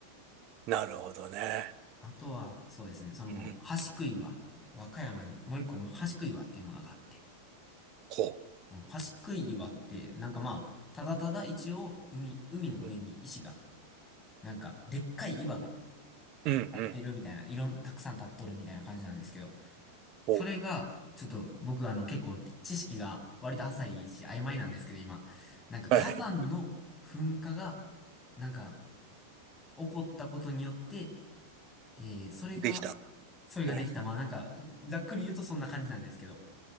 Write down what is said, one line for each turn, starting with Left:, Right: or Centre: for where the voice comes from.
Right: なるほどね。
Left: あとは、そうですね、その、
Right: うん。
Left: 橋杭は、和歌山に、もう一個、もう橋杭はっていうものがあって、
Right: ほ
Left: うん端っこい岩って、なんかまあ、ただただ一応、海、海の上に石が、
Right: う。
Left: なんか、でっかい岩が
Right: うんうん。
Left: 立ってるみたいな、いろん、たくさん立っとるみたいな感じなんですけど、それが、
Right: お、
Left: ちょっと僕あの結構知識が割と浅いし曖昧なんですけど今、なんか火山の噴火が、
Right: はい。
Left: なんか起こったことによって、えー、それが、
Right: できた。
Left: それができた。
Right: うん。
Left: まあなんか、ざっくり言うとそんな感じなんですけど、